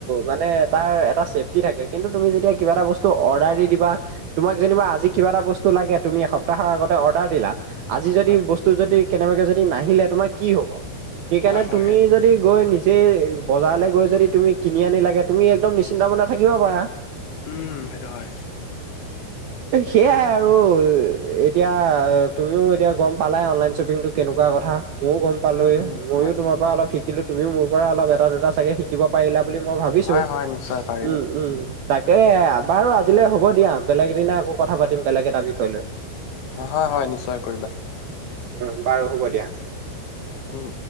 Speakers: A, on the right; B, on the left.
A: মানে তাৰ এটা ছেফটি থাকে কিন্তু তুমি যেতিয়া কিবা এটা বস্তু অৰ্ডাৰ দি দিবা তোমাক য যেনিবা আজি কিবা এটা বস্তু লাগে তুমি এসপ্তাহৰ আগতে অৰ্ডাৰ দিলা আজি যদি
B: হয়
A: বস্তু যদি কেনেবাকে যদি নাহিলে তোমাৰ কি হ'ব, সেইকাৰণে
B: হয় হয়
A: তুমি
B: সেই
A: যদি গৈ নি জে বজাৰলৈ গৈ যদি তুমি কিনি আনিলাগে তুমি একদম নিশ্চিন্ত মনে থাকিব পাৰা।
B: উম, সেইটো হয়।
A: সেইয়াই আৰু এতিয়া তুমিও এতিয়া গম পালাই অনলাইন শ্বপিংটো কেনেকুৱা কথা মওঁ গম পালো
B: উম উম
A: ময়ো
B: হয়
A: তোমাৰ পৰা অলপ শিকিলো তুমিও মোৰ পৰা অলপ এটা দুটা চাগে শিকিব পাৰিলা বুলি মই ভাবিছো,
B: হয় হয় নিশ্চয় পাৰিলো
A: উম- উম। তাকে বাৰু আজিলৈ হ'ব দিয়া বেলেগ এদিনা আকৌ কথা পাতিম বেলেগ এটা বিষয় লৈ।
B: হয়- হয় নিশ্চয় কৰিবা।
A: উম বাৰু হ'ব দিয়া।
B: উম।